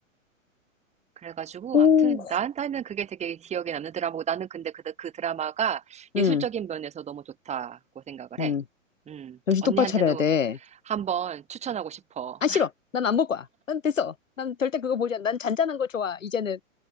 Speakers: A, on the right; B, on the left.
A: 그래가지고
B: 오,
A: 아무튼 나한테는 그게 되게 기억에 남는 드라마고 나는 근데 그, 그 드라마가 예술적인
B: 음,
A: 면에서 너무 좋다고 생각을
B: 음.
A: 해. 음,
B: 정신
A: 언니한테도
B: 똑바로 차려야 돼.
A: 한번 추천하고 싶어.
B: 안
A: <laughs>
B: 싫어. 난 안 볼 거야. 난 됐어. 난 절대 그거 보지 않아. 난 잔잔한 거 좋아. 이제는.